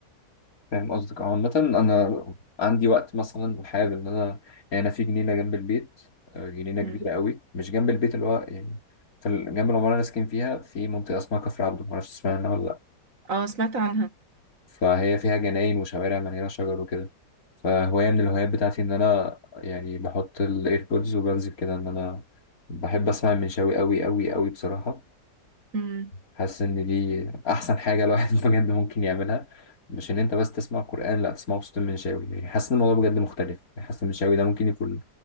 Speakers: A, on the left (about 55°); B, on the right (about 50°).
A: فاهم قصدك اه، عامة أنا عندي وقت مثلا وحابب إن أنا يعني أنا في جنينة جنب البيت آه، جنينة
B: مم.
A: كبيرة قوي مش جنب البيت اللي هو يعني في ال- جنب العمارة اللي أنا ساكن فيها في منطقة اسمها كفر عبده معرفش تسمعها ولا لأ
B: اه سمعت عنها
A: فهي فيها جناين وشوارع مليانة شجر وكده فهواية من الهوايات بتاعتي إن أنا يعني بحط الإيربودز وبنزل كده إن أنا بحب أسمع المنشاوي أوي أوي أوي بصراحة
B: مم.
A: حاسس إن دي أحسن حاجة الواحد <laughs> بجد ممكن يعملها مش إن أنت بس تسمع قرآن لأ تسمعه بصوت المنشاوي يعني حاسس إن الموضوع بجد مختلف يعني حاسس المنشاوي ده ممكن يكون